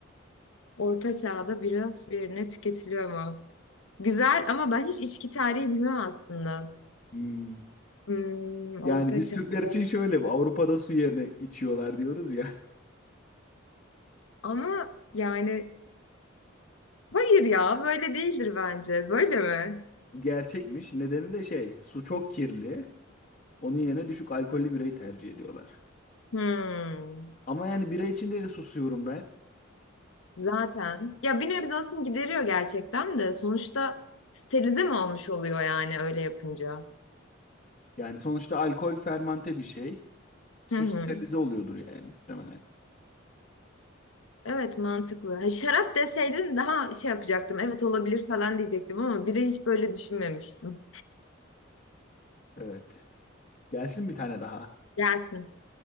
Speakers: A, on the left (about 75°); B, on the left (about 35°).
A: Orta çağda bira su yerine tüketiliyor mu? Güzel ama ben hiç içki tarihi bilmem aslında.
B: Hmm.
A: Hmm, orta
B: Yani biz
A: çağda.
B: Türkler için şöyle bu Avrupa'da su yerine içiyorlar diyoruz ya.
A: Ama yani hayır ya böyle değildir bence. Böyle mi?
B: <laughs> Bu gerçekmiş. Nedeni de şey su çok kirli. Onun yerine düşük alkollü birayı tercih ediyorlar.
A: Hmm,
B: Ama yani bira içinde de susuyorum ben.
A: zaten. Ya bir nebze olsun gideriyor gerçekten de sonuçta sterilize mi olmuş oluyor yani öyle yapınca?
B: Yani sonuçta alkol fermente bir şey. Su
A: Hı hı.
B: sterilize oluyordur yani muhtemelen.
A: Evet mantıklı. Ha, şarap deseydin daha şey yapacaktım. Evet olabilir falan diyecektim ama bire hiç böyle düşünmemiştim.
B: Evet. Gelsin bir tane daha.
A: Gelsin.